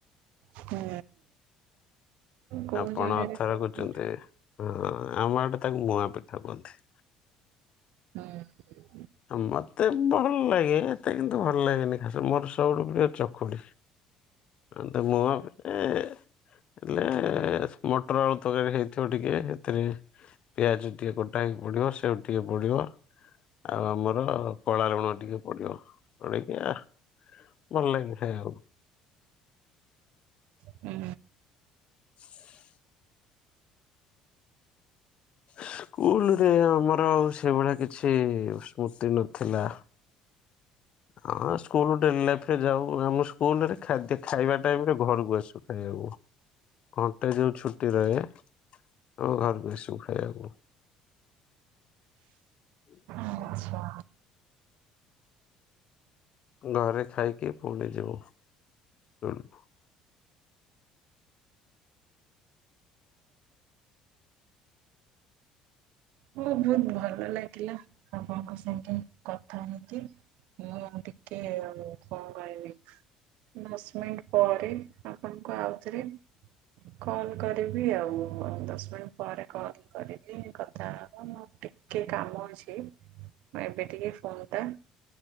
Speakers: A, on the right; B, on the left.
A: ହୁଁ। କୋଉ
B: ଆପଣ
A: ଜାଗାରେ
B: ଅଥର
A: କୋଉ
B: କହୁଚନ୍ତି।
A: ହୁଁ
B: ହଁ ଆମ ଆଡେ ତାକୁ ମୁଆଁ ପିଠା କୁହନ୍ତି।
A: ହୁଁ।
B: ମତେ ଭଲ୍ ଲାଗେ। ଏତେ କିନ୍ତୁ ଭଲ୍ ଲାଗେନି ଖାସ ମୋର୍ ସବୁଠୁ ପ୍ରିଅ ଚକୁଳି। ଆ ତ ମୋର୍ ଏ -ଏହେଲେ ମଟର ଆଳୁ ତରକାରୀ ହେଇଥିବ ଟିକ୍ କେ ଏଥିରେ ପିଆଜ ଟିକେ କଟା ହେଇକି ପଡିବ ସେଉ ଟିକେ ପଡିବ। ଆଉ ଆମର କଳା ଲୁଣ ଟିକେ ପଡିବ ପଡେଇକି ଆହ। ଭଲ୍ ଲାଗେନି ଖାଇବାକୁ।
A: ହୁଁ।
B: <unintelligible> ସ୍କୁଲ୍ ରେ ଆମର ଆଉ ସେଇଭଳିଆ କିଛି ସ୍ମୃତି ନଥିଲା। ହଁ ସ୍କୁଲୁ ଟେନ୍ଥ୍ ଲାଇଫରେ ଯାହା ହୁଏ, ଆମ ସ୍କୁଲ୍ ରେ ଖାଦ୍ୟ ଖାଇବା ଟାଇମ୍ ରେ ଘରକୁ ଆସୁ ଖାଇବାକୁ। ଘଣ୍ଟେ ଯୋଉଁ ଛୁଟି ରହେ ଆମେ ଘର୍ କୁ ଆସିବୁ ଖାଇବାକୁ। <unintelligible>
A: ଆଚ୍ଛା।
B: ଘରେ ଖାଇକି ପୁଣି ଯିବୁ ସ୍କୁଲକୁ।
A: ମୁ ବହୁତ୍ ଭଲ ଲାଗିଲା ଆପଣଙ୍କ ସାଙ୍ଗେ କଥା ହେଇକି। ମୁଁ ଟିକେ ଏ ଆଉ କଣ କଇବି। ଦଶ ମିନିଟ୍ ପରେ ଆପଣଙ୍କୁ ଆଉଥରେ କଲ୍ କରିବି ଆଉ ଦଶ୍ ମିନିଟ୍ ପରେ କଲ୍ କରିବି କଥା ଆ ମୋର ଟିକେ କାମ ଅଛି ମୁଁ ଏବେ ଟିକେ ଫୋନ ଟା